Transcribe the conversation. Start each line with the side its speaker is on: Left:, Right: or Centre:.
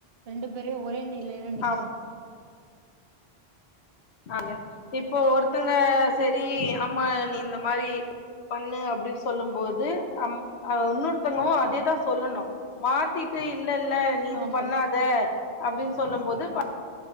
Right: ரெண்டு பேரயு ஒரே நிலையில நிக்கணு
Left: ஆமா ஆங்க இப்போ ஒருத்தங்க சரி அம்மா நீ இந்த மாரி பண்ணு அப்பிடின் சொல்லும் போது அம் அ இன்னொருத்தவங்களு அதேதா சொல்லணு மாத்திட்டு இல்ல இல்ல நீ இது
Right: ஆமா
Left: பண்ணாத அப்டின் சொல்லும் போது